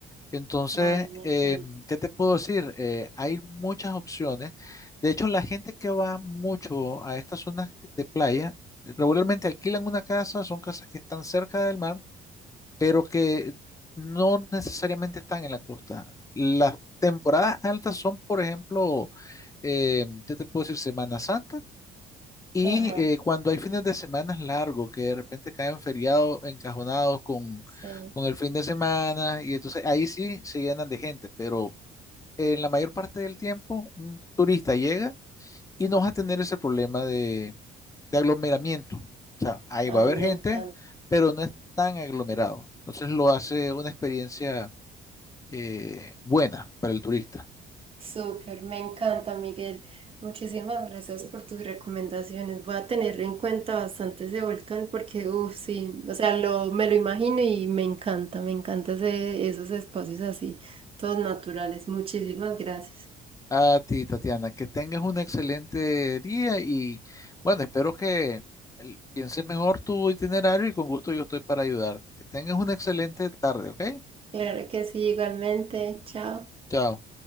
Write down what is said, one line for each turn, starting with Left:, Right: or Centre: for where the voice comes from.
Left: Entonces,
Right: Ay, me
Left: eh,
Right: encanta.
Left: ¿qué te puedo decir? Eh, hay muchas opciones. De hecho, la gente que va mucho a estas zonas de playa, regularmente alquilan una casa, son casas que están cerca del mar, pero que no necesariamente están en la costa. Las temporadas altas son, por ejemplo, eh, ¿qué te puedo decir? Semana Santa y
Right: Ajá,
Left: eh, cuando hay fines de semana largos, que de repente caen feriados encajonados con,
Right: sí.
Left: con el fin de semana, y entonces ahí sí se llenan de gente, pero en la mayor parte del tiempo un turista llega y no va a tener ese problema de, de aglomeramiento. O sea, ahí
Right: Ay,
Left: va a haber
Right: me
Left: gente,
Right: encanta.
Left: pero no es tan aglomerado. Entonces lo hace una experiencia eh, buena para el turista.
Right: Súper, me encanta, Miguel. Muchísimas gracias por tus recomendaciones. Voy a tener en cuenta bastante ese volcán porque, uff, sí, o sea, lo, me lo imagino y me encanta, me encanta ese- esos espacios así, todos naturales. Muchísimas gracias.
Left: A ti, Tatiana, que tengas un excelente día y bueno, espero que el- pienses mejor tu itinerario y con gusto yo estoy para ayudarte. Que tengas una excelente tarde, ¿ok?
Right: Claro que sí, igualmente. Chao.
Left: Chao.